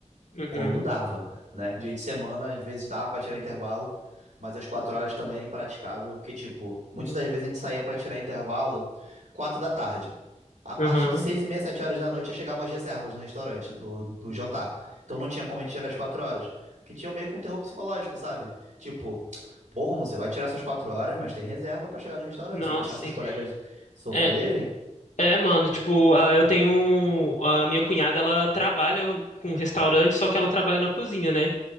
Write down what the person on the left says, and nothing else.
uhum,
uhum,
uhum.
Nossa,
sim.
É, é, mano, tipo, ah, eu tenho. um, A minha cunhada, ela trabalha com restaurante, só que ela trabalha na cozinha, né?